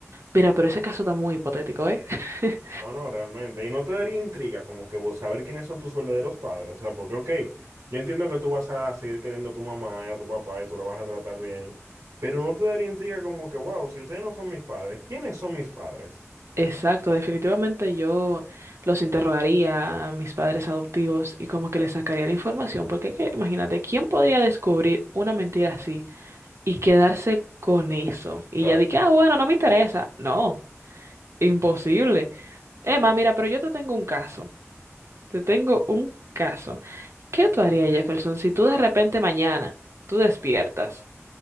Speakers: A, on the right (about 60°); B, on the right (about 75°).
A: Mira, pero ese caso está muy hipotético, ¿eh? <laughs>
B: no, no, realmente. Y no te daría intriga como que vos saber quiénes son tus verdaderos padres. O sea, porque, ok, yo entiendo que tú vas a seguir queriendo a tu mamá y a tu papá y tú lo vas a tratar bien, pero no te daría intriga como que, wow, si ustedes no son mis padres, ¿quiénes son mis padres?
A: Exacto, definitivamente yo los interrogaría a mis padres adoptivos y como que les sacaría la información, porque que- imagínate, ¿quién podría descubrir una mentira así y quedarse con eso?
B: O
A: Y
B: sea,
A: ya dije, ah, bueno, no me interesa. No, imposible. Emma, mira, pero yo te tengo un caso. Te tengo un caso. ¿Qué tú harías, Jefferson, si tú de repente mañana tú despiertas